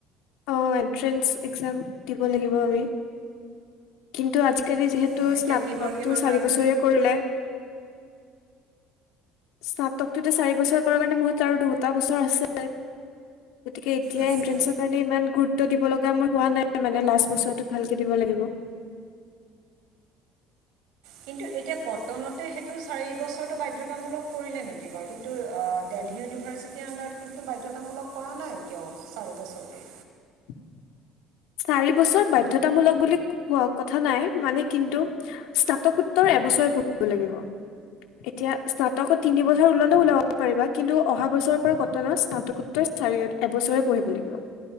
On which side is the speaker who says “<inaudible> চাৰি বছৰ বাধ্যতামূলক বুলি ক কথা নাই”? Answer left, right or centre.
Left